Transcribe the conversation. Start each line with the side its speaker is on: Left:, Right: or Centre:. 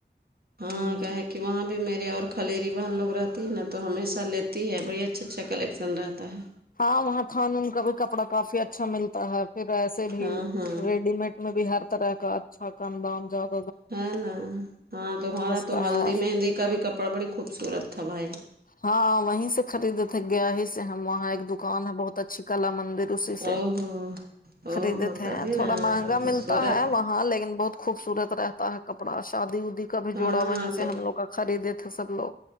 Right: ہاں
Left: ہوں
Right: کہ کہ وہاں پہ میرے اور خھلیری بہن لوگ رہتی ہے نا تو ہمیشہ لیتی ہے بڑی اچھا اچھا کلیکشن رہتا ہے
Left: ہاں وہاں تھان ان کا بھی کپڑا کافی اچھا ملتا ہے پھر ایسے بھی
Right: ہاں ہاں
Left: ریڈی مڈ میں بھی ہر طرح کا اچھا کم دام جاتا
Right: ہے نا ہاں تمہارا تو
Left: کا
Right: ہلدی
Left: ہے
Right: مہندی کا بھی کپڑا بڑی خوبصورت تھا بھائی
Left: ہاں وہیں سے خریدے تھے گیا ہی سے ہم وہاں ایک دکان ہے بہت اچھی کلا مندر اسسی
Right: او
Left: سے
Right: ہو او
Left: خریدتے
Right: ہو تبھی
Left: ہیں تھوڑا
Right: نا
Left: مہنگا ملتا
Right: خوبصورت
Left: ہے وہ ہاں لیکن بہت خوبصورت رہتا ہے کپڑا شادی ودی کب
Right: ہاں
Left: جوڑا وہیں
Right: تو
Left: سے ہم لوگ کا خریدے تھے سب لوگ